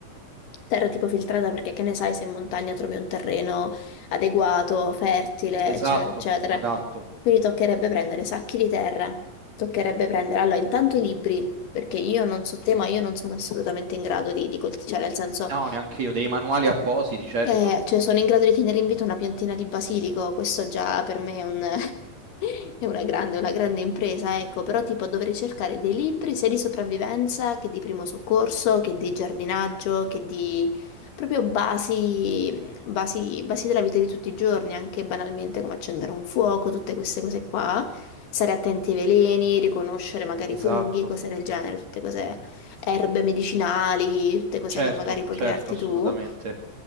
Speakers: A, on the left; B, on the right.
A: terra tipo filtrata perché che ne sai se in montagna trovi un terreno adeguato, fertile,
B: esatto,
A: eccetera, eccetera.
B: adatto.
A: Quindi toccherebbe prendere sacchi di terra, toccherebbe prendere, allora intanto i libri, perché io non so te, ma io non sono assolutamente in grado di, di coltivare, cioè nel senso...
B: No, neanche io, dei manuali appositi, certo.
A: Eh, cioè sono in grado di tenere in vita una piantina di basilico, questo già per me è un- <laughs> è una grande, una grande impresa, ecco, però tipo dovrei cercare dei libri sia di sopravvivenza che di primo soccorso, che di giardinaggio, che di proprio basi, basi, basi della vita di tutti i giorni, anche banalmente come accendere un fuoco, tutte queste cose qua, stare attenti ai veleni, riconoscere magari
B: Esatto,
A: i funghi, cose del genere, tutte cose erbe medicinali, tutte cose
B: certo,
A: che magari puoi
B: certo,
A: crearti
B: assolutamente.
A: tu.